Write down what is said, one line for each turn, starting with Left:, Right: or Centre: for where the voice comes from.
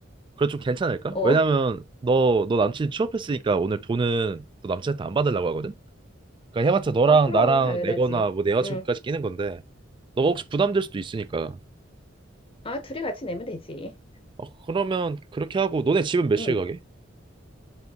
Right: 그래 좀 괜찮을까?
Left: 어.
Right: 왜냐면 너 너 남친 취업했으니까 오늘 돈은 너 남친한테 안 받으려고 하거든. 그러니까 해봤자 너랑
Left: 아, 그럼,
Right: 나랑
Left: 당연하지.
Right: 내거나 뭐 내 여자친구까지
Left: 응.
Right: 끼는 건데 너가 혹시 부담될 수도 있으니까.
Left: 아, 둘이 같이 내면 되지.
Right: 어, 그러면 그렇게 하고 너네 집은 몇 시에
Left: 응.
Right: 가게?